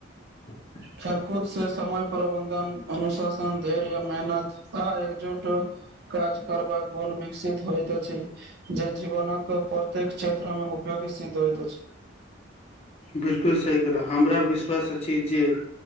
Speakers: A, on the left; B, on the right.
A: <unintelligible>
B: खेलकूद से समय प्रबंधन अनुशासन धैर्य या मेहनत आ एकजुट काज करबाक गुण विकसित होइत अछि जे जीवनक प्रत्येक क्षेत्र मे उपयोी सिद्ध द् होइत छै
A: बिलकुल सही कहहु हमरा विश्वास अछि जे